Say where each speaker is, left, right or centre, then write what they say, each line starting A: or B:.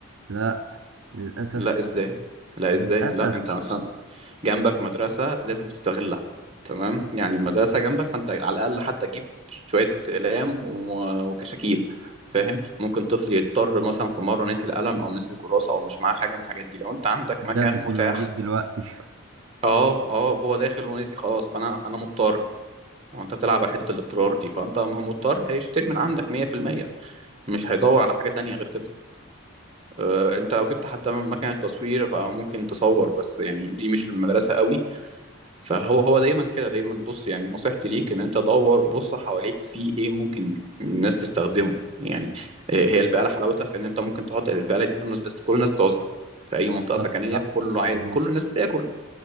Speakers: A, on the right; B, on the right.
A: لا للاسف
B: لا إزاي لا
A: للاسف
B: إزاي لا أنت مثلا جنبك مدرسة لازم تستغلها تمام يعني المدرسة جنبك فانت على الأقل حتى تجيب شوية أقلام و- وكشاكيل فاهم ممكن طفل يضطر مثلا في مرة نسي القلم أو نسي الكراسة أو مش معاه حاجة من الحاجات دي لو أنت عندك مكان
A: دبس
B: متاح
A: انه يجيب دلوقتي <laughs>
B: اه اه هو داخل ونسي خلاص فأنا أنا مضطر هو أنت بتلعب على حتة الاضطرار دي فأنت م- مضطر هيشتري من عندك 100% مش هيدور على حاجة تانية غير كده آه، أنت لو جبت حتى مكنة تصوير فممكن تصور بس يعني دي مش المدرسة قوي فهو هو دايما كده دايما بص يعني نصيحتي ليك ان انت دور بص حواليك في ايه ممكن الناس تستخدمه يعني آه، هي البقاله حلاوتها في ان انت ممكن تحط البقاله دي كل الناس بس كل الناس بتعوزها في اي منطقه
A: بالظبط
B: سكنيه
A: صح
B: فكله عايز
A: بالظبط.
B: كل الناس بتاكل